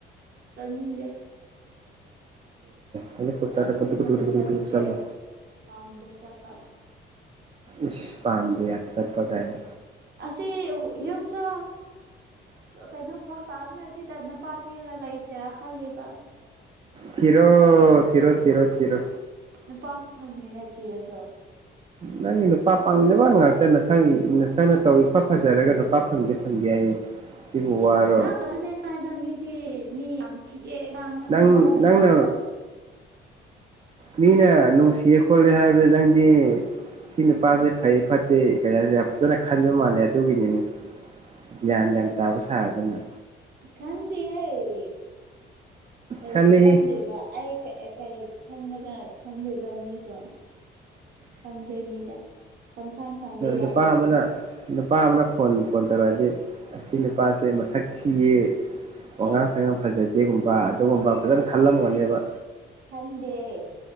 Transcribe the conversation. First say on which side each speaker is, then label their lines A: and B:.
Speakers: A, on the right; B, on the right.
A: ꯇꯅꯤꯡꯗꯦ
B: ꯍꯦꯂꯨ ꯀꯨꯠꯠꯔꯗ
A: ꯑꯗꯨꯒꯨꯝꯕꯗ
B: ꯀ ꯀ ꯀ
A: ꯆꯠꯅꯤꯡꯗꯦ
B: ꯆꯠꯂꯣ
A: ꯑꯩ ꯄꯥꯝꯗꯦ ꯆꯠꯄ
B: ꯏ ꯄꯥꯥꯝꯗꯦ ꯌꯥꯃꯄꯥ ꯀꯥꯏꯅꯥ
A: ꯑꯁꯤ ꯌꯨꯝꯁꯨ ꯀꯩꯅꯣ ꯈꯔ ꯇꯥꯅ ꯁꯤꯗ ꯅꯨꯄꯥ ꯊꯤꯔꯒ ꯂꯩꯁꯦꯔꯥ ꯈꯂꯦꯕ
B: ꯊꯤꯔꯣ ꯊꯤꯔꯣ ꯊꯔꯣ ꯊꯤꯔꯣ
A: ꯅꯨꯄꯥꯁꯨ ꯐꯪꯗꯦꯅꯦ ꯊꯤꯔꯁꯨ
B: ꯅꯪꯒꯤ ꯅꯨꯄꯥ ꯄꯪꯗꯕ ꯉꯥꯛꯇ ꯅꯁꯪ ꯅꯁꯪꯅ ꯇꯧ ꯏꯐ ꯐꯖꯔꯒ ꯅꯨꯄꯥ ꯐꯪꯗꯦ ꯐꯪꯗꯦ ꯍꯥꯏꯌꯦ
A: ꯑ
B: ꯁꯤꯕꯨ ꯋꯥꯔꯣ
A: ꯅꯪ ꯉꯅꯦ ꯑꯗꯨꯉꯥꯏꯗ ꯃꯤꯗꯤ ꯃꯤ ꯌꯥꯝ ꯊꯤꯛꯑꯦ ꯉꯥꯡꯅꯔ
B: ꯅꯪ ꯅꯪꯅ
A: ꯀꯥꯟꯗ
B: ꯃꯤꯅ ꯅꯨꯡꯁꯤꯌꯦ ꯈꯣꯠꯂꯦ ꯍꯥꯏꯕꯗ ꯅꯪꯗꯤ ꯁꯤ ꯅꯨꯄꯥꯁꯤ ꯐꯩ ꯐꯠꯇꯦ ꯀꯩ ꯍꯥꯏꯁꯦ ꯌꯥꯝ ꯐꯖꯅ ꯈꯟꯕ ꯃꯥꯜꯂꯦ ꯑꯗꯨꯒꯤꯅꯤꯅꯦ ꯒ꯭ꯌꯥꯟ ꯒ꯭ꯌꯥ ꯇꯥꯕ ꯁꯥꯔꯗꯅ
A: ꯈꯟꯗꯦ ꯑꯩ ꯀꯩꯒꯤ
B: ꯈꯜꯂꯦꯍꯦ
A: ꯈꯟꯗꯦꯕ ꯑꯩ ꯀꯩ ꯈꯪꯒ ꯈꯪꯗꯕ ꯃꯤꯕꯣ ꯈꯟꯗꯦ ꯃꯤꯗ ꯄꯪꯈꯟ ꯈꯟꯕ ꯌꯥꯕ꯭ꯔꯣ
B: ꯅꯨꯄꯥ ꯑꯃꯅ ꯅꯨꯄꯥ ꯑꯃꯅ ꯐꯣꯟ ꯐꯣꯟ ꯇꯧꯔꯛꯑꯗꯤ ꯑꯁꯤ ꯅꯨꯄꯥꯁꯦ ꯃꯁꯛ ꯊꯤꯌꯦ
A: ꯁꯤꯁ
B: ꯋꯥꯉꯥꯡ ꯁꯉꯥꯡ ꯐꯖꯗꯦꯒꯨꯝꯕ ꯑꯗꯨꯒꯨꯝꯕ ꯐꯖꯅ ꯈꯜꯂꯝꯒꯅꯦꯕ
A: ꯈꯟꯗꯦ ꯑ